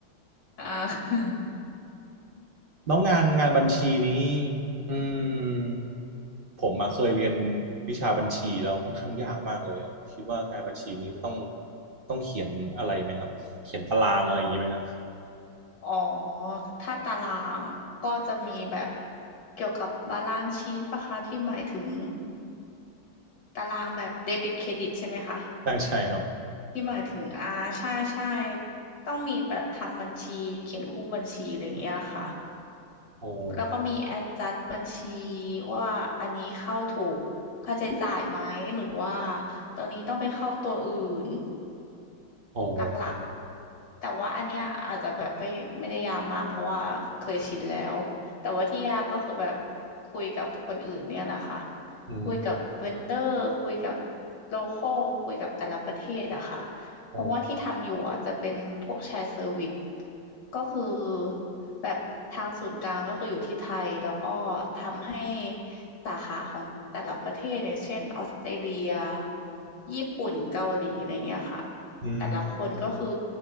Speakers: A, on the left (about 60°); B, on the right (about 50°).
A: <laughs> อ่า
B: แล้วงานงานบัญชีนี้อืมผมมาเคยเรียนวิชาบัญชีแล้วค่อนข้างยากมากเลยอะผมคิดว่างานบัญชีนี้จะต้องต้องเขียนอะไรไหมครับเขียนตารางอะไรอย่างนี้ไหมฮะ
A: อ๋อถ้าตารางก็จะมีแบบเกี่ยวกับบาลานซ์ชีตปะคะที่หมายถึงตารางแบบเดบิตเครดิตใช่ไหมคะ
B: ใช่ <laughs> ใช่ครับ
A: ที่หมายถึงอ่าใช่ใช่ต้องมีแบบทำบัญชีเขียนคู่บัญชีอะไรอย่างเงี้ยค่ะ
B: โอ้
A: แล้วก็มี adjust บัญชีว่าอันนี้เข้าถูกค่าใช้จ่ายไหมหรือว่าตัวนี้ต้องไปเข้าตัวอื่น
B: โอ้
A: หลักๆแต่ว่าอันเนี้ยอาจจะแบบไม่ไม่ได้ยากมากเพราะว่าเคยชินแล้วแต่ว่าที่ยากก็คือแบบคุยกับคนอื่นเนี่ยแหละค่ะ
B: อืม
A: คุยกับเวนเดอร์คุยกับโลคอลคุยกับแต่ละประเทศอะค่ะเพราะว่าที่ทำอยู่อะจะเป็นพวกแชร์เซอร์วิส
B: โอ้
A: ก็คือแบบทางศูนย์กลางก็คืออยู่ที่ไทยแล้วก็ทำให้สาขาของแต่ละประเทศอย่างเช่นออสเตรเลียญี่ปุ่นเกาหลีอะไรเงี้ยค่ะ
B: อืม
A: แต่ละคนก็คือ